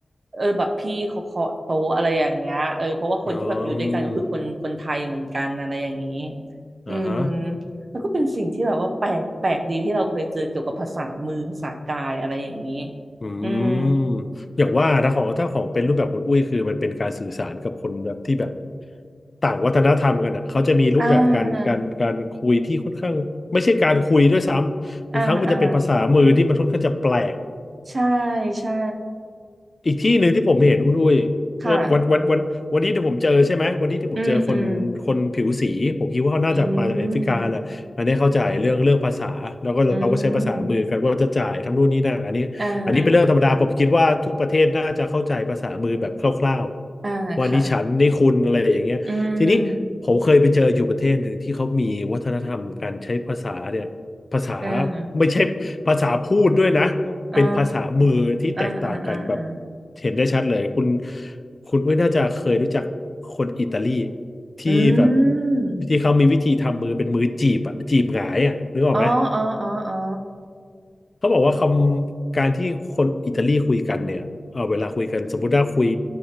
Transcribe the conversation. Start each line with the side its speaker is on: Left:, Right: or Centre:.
Right: เออแบบพี่เขาเคาะโต๊ะอะไรอย่างเงี้ยเออเพราะว่าคนที่แบบอยู่ด้วยกันก็คือคนคนไทยเหมือนกันอะไรอย่างนี้
Left: อ๋อ
Right: อืม
Left: อ่าฮะ
Right: มันก็เป็นสิ่งที่แบบว่าแปลกแปลกดีที่เราเคยเจอเกี่ยวกับภาษามือภาษากายอะไรอย่างนี้
Left: อืม
Right: อืม
Left: อย่างว่านะของถ้าของเป็นรูปแบบคุณอุ้ยคือมันเป็นการสื่อสารกับคนแบบที่แบบต่างวัฒนธรรมกันอ่ะเขาจะมีรูปแบบการการการคุยที่ค่อนข้างไม่ใช่การคุยด้วยซ้ำบางครั้งมันจะเป็นภาษามือที่มันค่อนข้างจะแปลก
Right: อ่าอ่าอ่าใช่ใช่
Left: อีกที่หนึ่งที่ผมเห็นคุณอุ้ยเอ่อวันวันวันวันนี้ที่ผมเจอใช่ไหมวันนี้ที่ผมเจอคนคนผิวสีผมคิดว่าเขาน่าจะมาจากแอฟริกาแหละอันนี้เข้าใจเรื่องเรื่องภาษาแล้วก็เราก็ใช้ภาษามือกันว่าจะจ่ายทำนู่นนี่นั่นอันนี้อันนี้เป็นเรื่องธรรมดาผมคิดว่าทุกประเทศน่าจะเข้าใจภาษามือแบบคร่าวๆว่านี่ฉันนี่คุณอะไรอย่างเงี้ยทีนี้ผมเคยไปเจออยู่ประเทศหนึ่งที่เขามีวัฒนธรรมการใช้ภาษาเนี่ยภาษา
Right: ค่ะอืมอืมอืมอืม อ่าอ่าค่ะอืมอ่า
Left: ไม่ใช่ภาษาพูดด้วยนะ
Right: อ๋อ
Left: เป็นภาษามือที่แตกต่างกันแบบ
Right: อ่าอ่าอ่าอ่า
Left: เห็นได้ชัดเลยคุณคุณอุ้ยน่าจะเคยรู้จักคนอิตาลีที่แบบ
Right: อืม
Left: ที่เขามีวิธีทำมือเป็นมือจีบอะจีบหงายอะนึกออกไหม
Right: อ๋ออ๋ออ๋ออ๋อ
Left: เขาบอกว่าคำการที่คนอิตาลีคุยกันเนี่ยเออเวลาคุยกันสมมติว่าคุย